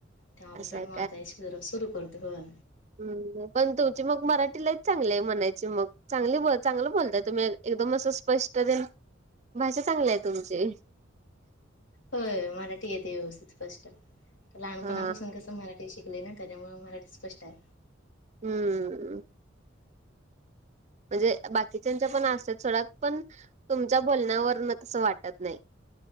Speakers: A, on the left; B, on the right.
A: तेव्हा पासून
B: असं आहे
A: आम्ही वाचाय सुरु करते होय.
B: हम् पण तुमची मग मराठी लयच चांगली हाय म्हणायची मग चांगल ब चांगलं बोलताय तुम्ही एकदम असं स्पष्ट तेन भाषा चांगलि हाय तुमची
A: हो मराठी येते व्यवस्थित फर्स्ट लहानपणापासून
B: हा
A: कस मराठी शिकले ना त्याच्यामुळे मराठी स्पष्ट हाय.
B: हम्म. म्हणजे बाकीच्याच्या पण असत्यात सोडा पण तुमच्या बोलण्यावरण तसं वाटत नाय.